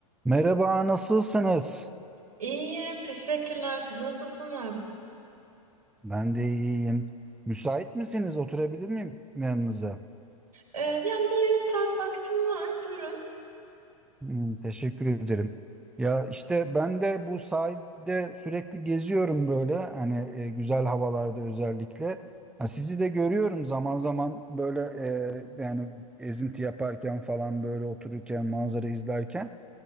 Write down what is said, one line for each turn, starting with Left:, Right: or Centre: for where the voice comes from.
Centre: Merhaba, nasılsınız?
Right: İyiyim, teşekkürler. Siz nasılsınız?
Centre: Ben de iyiyim. Müsait misiniz? Oturabilir miyim yanınıza?
Right: Ee, yani bir yarım saat vaktim var. Buyurun.
Centre: Hmm, teşekkür ederim. Ya işte ben de bu sahilde sürekli geziyorum böyle hani e, güzel havalarda özellikle. Ha, sizi de görüyorum zaman zaman böyle e, yani ezinti yaparken falan böyle otururken manzara izlerken.